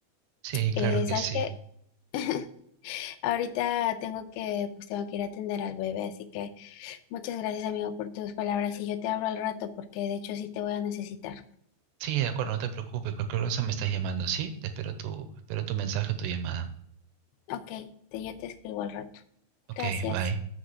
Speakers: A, on the right (about 80°); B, on the left (about 85°).
A: Sí, claro
B: eh,
A: que
B: ¿sabes
A: sí.
B: qué? <laughs> Ahorita tengo que, pues tengo que ir a atender al bebé, así que... Muchas gracias, amigo, por tus palabras. Y yo te hablo al rato, porque de hecho sí te voy a necesitar.
A: Sí, de acuerdo, no te preocupes, cualquier cosa me estás llamando, ¿sí? Te espero tu, espero tu mensaje o tu llamada.
B: Ok, te- yo te escribo al rato.
A: Ok,
B: Gracias.
A: bye.